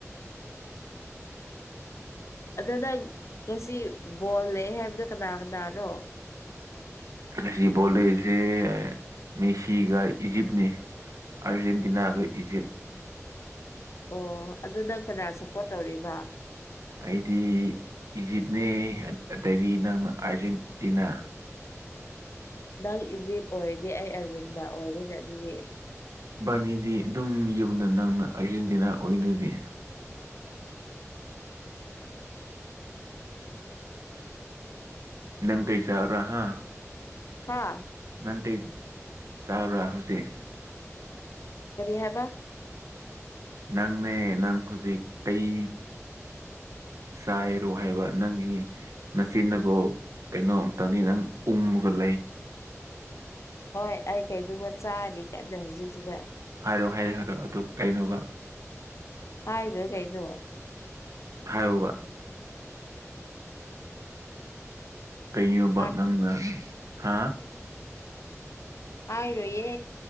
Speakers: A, on the left; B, on the right.
A: <unintelligible> ꯑꯗꯨ ꯅꯪ ꯉꯁꯤ ꯕꯣꯜ ꯂꯩ ꯍꯥꯏꯕꯗꯣ ꯀꯅꯥ ꯀꯅꯥꯔꯣ
B: ꯑꯁꯤ ꯕꯣꯜ ꯂꯩꯔꯤꯁꯦ ꯃꯦꯁꯤꯒ ꯏꯖꯤꯞꯅꯤ ꯑꯔꯖꯦꯟꯇꯤꯅꯥꯒ ꯏꯖꯤꯞ
A: ꯑꯣ ꯑꯗꯨ ꯅꯪ ꯀꯅꯥ ꯁꯞꯄꯣꯔꯠ ꯇꯧꯔꯤꯕ
B: ꯑꯩꯗꯤ ꯏꯖꯤꯞꯅꯦ ꯑꯇꯩꯗꯤ ꯅꯪꯅ ꯑꯥꯔꯖꯦꯟꯇꯤꯅꯥ
A: ꯅꯪ ꯏꯖꯤꯞ ꯑꯣꯏꯔꯗꯤ ꯑꯩ ꯑꯥꯔꯖꯦꯟꯇꯤꯅ ꯑꯣꯏꯔꯦꯅꯦ ꯑꯗꯨꯗꯤ
B: ꯕꯥꯅꯤꯗꯤ ꯑꯗꯨꯝ ꯌꯨꯝꯗ ꯅꯪꯅ ꯑꯥꯔꯖꯦꯟꯇꯤꯅꯥ ꯑꯣꯏꯗꯨꯗꯤ
A: <inaudible>
B: ꯅꯪ ꯀꯩ ꯆꯥꯕ꯭ꯔꯥ ꯍꯥ
A: ꯍꯥꯥ
B: ꯅꯪ ꯆꯥꯕ꯭ꯔꯥ ꯍꯧꯖꯤꯛ
A: ꯀꯔꯤ ꯍꯥꯏꯕ
B: ꯅꯪꯅꯦ ꯅꯪ ꯍꯧꯖꯤꯛ ꯀꯩ ꯆꯥꯏꯔꯣ ꯍꯥꯏꯕ ꯅꯪꯒꯤ ꯅꯆꯤꯟꯗꯒꯣ ꯀꯩꯅꯣ ꯑꯝꯛꯇꯪꯗꯤ ꯅꯪ ꯎꯝꯃꯒ ꯂꯩ
A: ꯍꯣꯏ ꯑꯩ ꯀꯩꯃ ꯆꯥꯔꯤ ꯀꯟꯅ ꯍꯧꯖꯤꯛꯁꯤꯗ
B: ꯍꯥꯏꯔꯣ ꯍꯥꯏꯔꯣ ꯍꯥꯏꯔꯛꯑꯣ ꯑꯗꯨ ꯀꯩꯅꯣꯕ
A: ꯍꯥꯏꯒꯔꯦ ꯀꯩꯅꯣ
B: ꯍꯥꯏꯌꯣꯕ ꯀꯩꯅꯣꯕ
A: ꯍꯥꯏ
B: ꯅꯪꯅ ꯍꯥ
A: ꯍꯥꯏꯔꯣꯏꯌꯦ